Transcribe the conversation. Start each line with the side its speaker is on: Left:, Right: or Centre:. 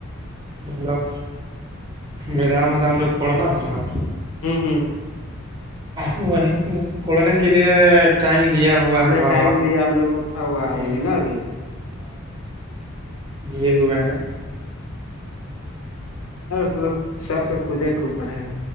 Right: مطلب بدام ودام جب پڑنا ہے نا
Left: ہوں ہوں
Right: وہیں کوڑنے کے لیے ٹائم دیا ہوا
Left: میں
Right: ہے
Left: نے
Right: بھگوان
Left: ٹائم دیا میں نے اٹھا ہوا آج
Right: ہ
Left: ابھی نا ابھی <inaudible>
Right: جے ہوئے ہیں
Left: تو سب تو خدے کے اوپر ہے